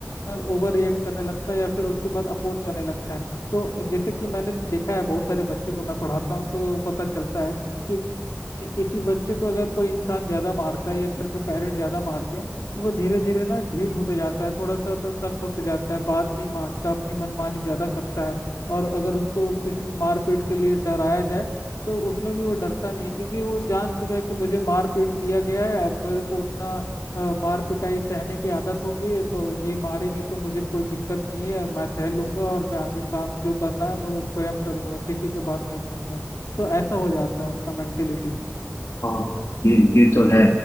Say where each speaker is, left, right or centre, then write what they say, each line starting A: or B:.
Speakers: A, on the left; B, on the left.
A: पर ओवर रिएक्ट करने लगता है या फिर उसके बाद अपोज करने लगता है तो जैसे कि मैंने देखा है बहुत सारे बच्चों को मैं पढ़ाता हूँ तो पता चलता है कि किसी बच्चे को अगर कोई इंसान ज्यादा मारता है या घर में पेरेंट ज्यादा मारते हैं तो वो धीरे धीरे ना ढीठ होते जाता है थोड़ा सा तो सख्त होते जाता है बात नहीं मानता अपनी मनमानी ज्यादा करता है और अगर उसको किसी को मारपीट के लिए डराया जाए तो उसमें भी वो डरता नहीं है क्योंकि वो जान चुका है कि मुझे मारपीट दिया गया है अब मेरे को उतना अ, मार पिटाई सहने की आदत हो गई है तो ये मारेंगे तो मुझे कोई दिक्कत नहीं है मैं सह लूंगा और मैं आगे काम जो करना है वो स्वयं करूंगा किसी की बात नहीं सुनूंगा तो ऐसा हो जाता है उनका मेंटेलिटी
B: और ये ये तो है